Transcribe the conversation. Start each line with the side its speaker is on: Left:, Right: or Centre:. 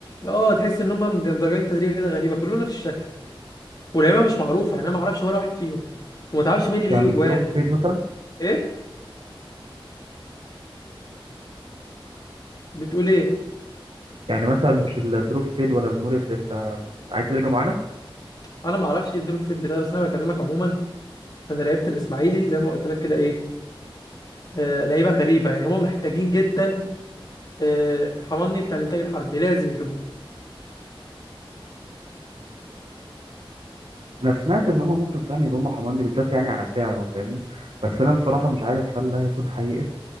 Left: اه تحس ان هم مدرجين تدريجه كده غريبه كلهم نفس الشكل واللعيبه مش معروفه يعني انا ما اعرفش ولا واحد فيهم وما تعرفش مين اللي
Right: يعني
Left: بيجيب
Right: مش
Left: جوان
Right: دروب
Left: و...
Right: فيد مثلا
Left: ايه بتقول ايه
Right: يعني مثلا مش الدروب فيد ولا المولت أنت عايز ترجع معانا
Left: انا ما اعرفش ايه الدروب فيت ده بس انا بكلمك عموما انا لعيبه الاسماعيلي زي ما قلت لك كده ايه آه لعيبه غريبه يعني هم محتاجين جدا آه حماني بتاع الانتاج الحربي لازم يجيبوه
Right: أنا سمعت إن هما ممكن فعلا يضموا حماني بالذات يعني على سعره فاهمني بس أنا بصراحة مش عارف هل ده هيكون حقيقي